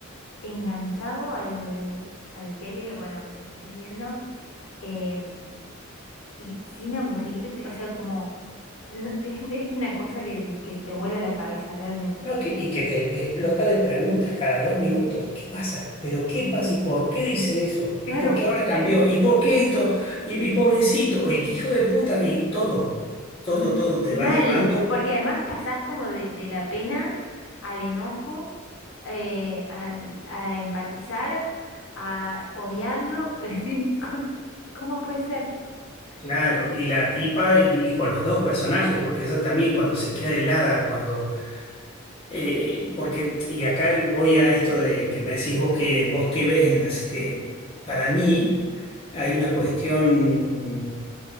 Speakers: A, on the left (about 70°); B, on the left (about 25°).
A: enganchado al, al tele, bueno, donde lo estés viendo, em, y sin aburrirte, o sea, como no- <laughs> es, es una cosa que, que te vuela la cabeza realmente.
B: No, que, y que te explota de preguntas cada dos minutos. ¿Qué pasa? ¿Pero qué pasa? ¿Y por qué dice eso?
A: Claro,
B: ¿Y por qué
A: ¿por
B: ahora cambió?
A: qué?
B: ¿Y por qué esto? ¿Y, y pobrecito? ¿Y qué hijo de puta? Y todo, todo,
A: M-
B: todo te
A: Mal,
B: va llevando.
A: porque además pasás como de, de la pena al enojo, eh, a, a empatizar, a odiarlo. <laughs> Es decir, co- ¿cómo puede ser?
B: Claro, y la tipa y, y con los dos personajes, porque ella también cuando se queda helada, cuando... eh, porque, y acá voy a esto de que me decís vos que vos qué ves en la serie. Para mí hay una cuestión